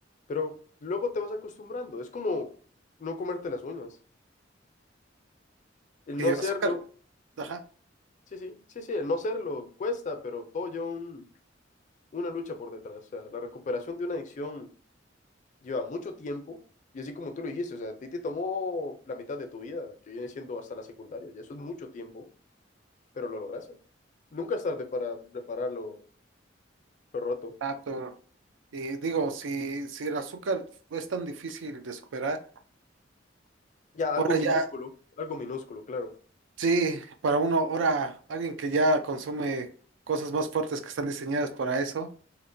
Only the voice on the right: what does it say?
Y
el
azúcar, ajá,
ah, Y digo, si, si el azúcar es tan difícil de superar,
ahora
ya,
sí, para uno, ahora alguien que ya consume cosas más fuertes que están diseñadas para eso,